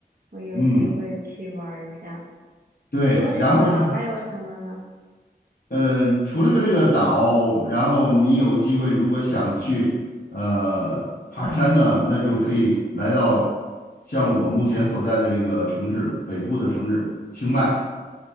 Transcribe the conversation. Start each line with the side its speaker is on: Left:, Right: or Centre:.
Right: 我有机会去玩儿一下。
Left: 嗯，对。
Right: 除了这个岛，
Left: 然后呢，
Right: 还有什么呢？
Left: 呃，除了个这个岛，然后你有机会如果想去呃爬山呢，那就可以来到像我目前所在的这个城市北部的城市清迈。